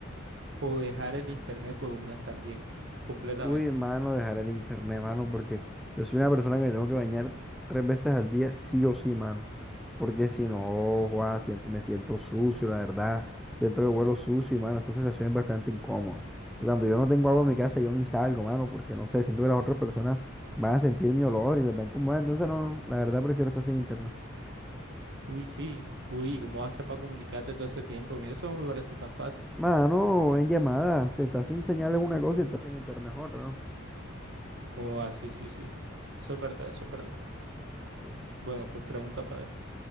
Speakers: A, on the right; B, in the centre.
A: o dejar el internet por un mes también, completamente?
B: Uy, mano, dejar el internet, mano, porque yo soy una persona que me tengo que bañar tres veces al día, sí o sí, mano. Porque si no, Juan, siento, me siento sucio, la verdad. Siento que vuelo sucio y, mano, esta sensación es bastante incómoda. O sea, cuando yo no tengo agua en mi casa, yo ni salgo, mano, porque no sé, siento que las otras personas van a sentir mi olor y les va a incomodar. Entonces, no, no, la verdad prefiero estar sin internet.
A: Uy, sí. Uy, ¿cómo vas a para comunicarte todo ese tiempo? Mira, eso no me parece tan fácil.
B: Mano, en llamadas, si estás sin señales una cosa y estás sin internet es otra, ¿no?
A: Oh, ah, sí, sí, sí. Eso es verdad, eso es verdad.
B: Sí, sí.
A: Bueno, pues pregunta para ver.